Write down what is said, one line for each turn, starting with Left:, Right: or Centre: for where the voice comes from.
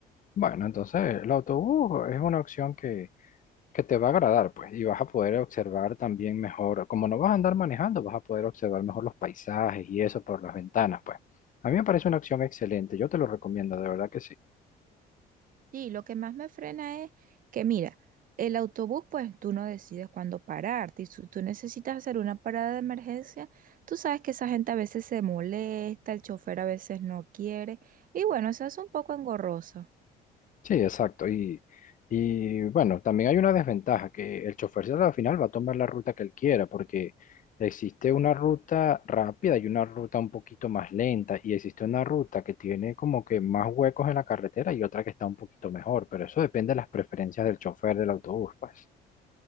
Left: Bueno, entonces el autobús es una opción que, que te va a agradar, pues, y vas a poder observar también mejor, como no vas a andar manejando, vas a poder observar mejor los paisajes y eso por las ventanas, pues. A mí me parece una opción excelente, yo te lo recomiendo, de verdad que sí.
Right: Sí, lo que más me frena es que, mira, el autobús, pues tú no decides cuándo pararte. Y si tú necesitas hacer una parada de emergencia, tú sabes que esa gente a veces se molesta, el chofer a veces no quiere. Y bueno, eso es un poco engorroso.
Left: Sí, exacto. Y, y bueno, también hay una desventaja, que el chofer se- al final va a tomar la ruta que él quiera, porque existe una ruta rápida y una ruta un poquito más lenta, y existe una ruta que tiene como que más huecos en la carretera y otra que está un poquito mejor, pero eso depende de las preferencias del chofer del autobús, pues.